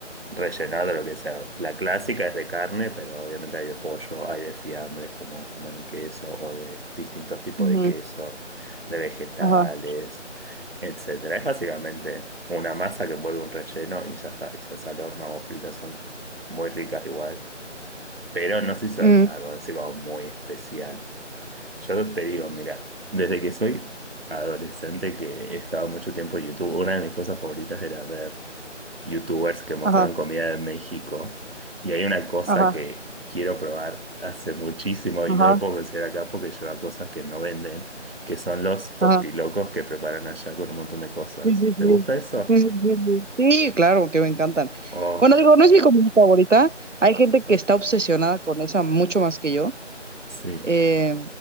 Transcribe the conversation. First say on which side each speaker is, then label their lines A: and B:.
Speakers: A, on the right; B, on the right.
A: rellenar de lo que sea. La clásica es de carne, pero obviamente hay de pollo, hay de fiambres como jamón y queso, o de distintos tipos
B: Ujú,
A: de queso, de vegetales,
B: Ajá,
A: etcétera. Es básicamente una masa que envuelve un relleno y ya está. Y se hace al horno o fritas, son muy ricas igual pero no se hizo
B: mm,
A: algo así como muy especial. Yo te digo, mira, desde que soy adolescente que he estado mucho tiempo en YouTube, una de mis cosas favoritas era ver YouTubers que mostraban
B: ajá,
A: comida de México. Y hay una cosa
B: ajá,
A: que quiero probar hace muchísimo y
B: ajá,
A: no lo puedo conseguir acá porque lleva cosas que no venden, que son los tostilocos
B: ajá.
A: que preparan allá con un montón de cosas.
B: Sí, sí,
A: ¿Te
B: sí.
A: gusta eso?
B: Sí, sí, sí, sí. Sí, claro, que me encantan.
A: Oh,
B: Bueno, digo, no es mi comida favorita. Hay gente
A: ok.
B: que está obsesionada con esa mucho más que yo.
A: Sí.
B: Eh,